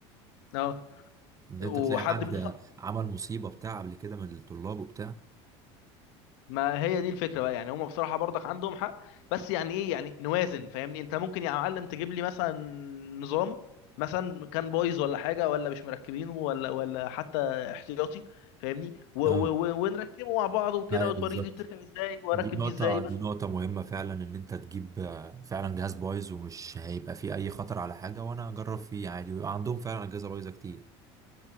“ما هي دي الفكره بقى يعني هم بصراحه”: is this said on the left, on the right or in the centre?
Left